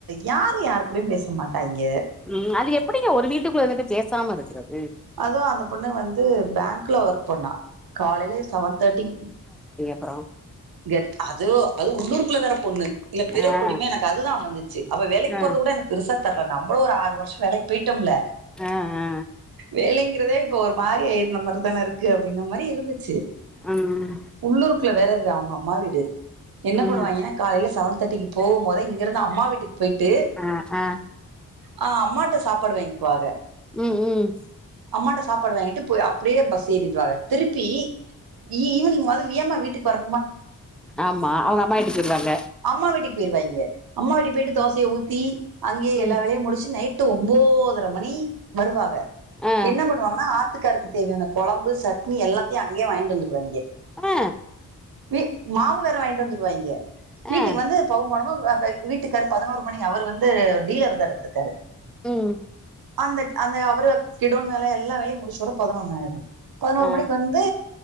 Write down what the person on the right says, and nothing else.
யார்ரு யார்க் கூடயு பேச மாட்டாய்ங்க
அதுவு அந்தப் பொண்ணு வந்து பேங்க்ல ஒர்க் பண்ணா காலைல சவன் தாட்டிக்
<unintelligible> அதுவு அது உள்ளூருக்குள்ள வேறப் பொண்ணு இல்லப் பிறக்
கொடிமே எனக்கு அதுதா அமஞ்சிச்சு அவ வேலைக் க்
போறது கூட எனக்குப் பெருசாத்தெர்ல நம்பளு ஒரு ஆறு வர்ஷோ வேலைக்கிப் போயிட்டோம்ல
வேலைங்கிறதே இப்ப ஒரு மாரி இருந்த மாரி தானே இருக்கு அப்டிங்குற மாரி இருந்துச்சு
உள்ளூருக்குள்ள வேறது அவுங்க அம்மா வீடு என்ன
பண்ணுவாய்ங்கன்னா காலேல சவன் தாட்டிக்கு போகும்போதே இங்கருந்து அம்மா வீட்டுக்கு போய்ட்டு
ஆ அம்மாட்ட சாப்பாடு வாங்குவாக
அம்மாட்ட சாப்பாடு வாங்கிட்டு போய் அப்டியே பஸ் ஏறிடுவாக திருப்பி ஈ ஈவினிங்வாது வியமா வீட்டுக் வர
அம்மா வீட்டுக் போய்ருவாய்ங்க அம்மா வீட்டு போய்ட்டு தோசய ஊத்தி அங்கயே
எல்லா வேலையு முடுச்சு நைட் டு ஒம்போதர மணி வருவாங்க
என்ன பண்ணுவாங்கன்னா ஆத்துக்காருக்கு தேவையான கொழம்பு சட்னி எல்லாத்தையு அங்கயே வாங்கிட்டு வந்துருவாய்ங்கே
வீ மாவு வேற வாங்கிட்டு வந்துருவாய்ங்க வீட்டுக்கு
வந்து பவுமானமா வ வ வீட்டுக்காரு பதனோரு மணி அவருவந்து டீலர் தா எடுத்துருக்காரு
அந்தட் அந்த அவரு கிடோன் வேல எல்லா வேலயும் முடுச்சுட் வர பதனொன்னாயிரு பதனோரு
மணிக்கு வந் து